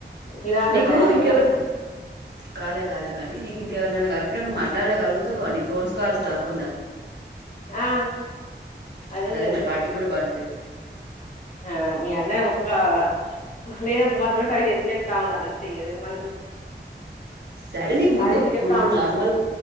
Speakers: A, on the left; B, on the right.
A: తినాలిగా
B: నీకు
A: టైం
B: ఇంకెవరు
A: అయితానట్టుంది
B: గాలే గాలే గానీ నీకింకెవరినన్నా కలిపిన నువ్వు మాట్లాడగలుగుతావో నీ ఫోన్స్ కాల్స్ గాకుండా
A: ఆ
B: హ్మ్
A: అదేం
B: గదే మరి పార్టీ కూడా పాడుతాయి
A: హా మీ అన్న ఒక మ లేనప్పుడు మాత్రమే ట్రై చే చేత్తా ఉండాలి అంటే ఇగే మల్ల
B: సరే నీకు ముందు
A: అది ఇది చెప్తా
B: ముందు
A: ఉంటాడు
B: నార్మల్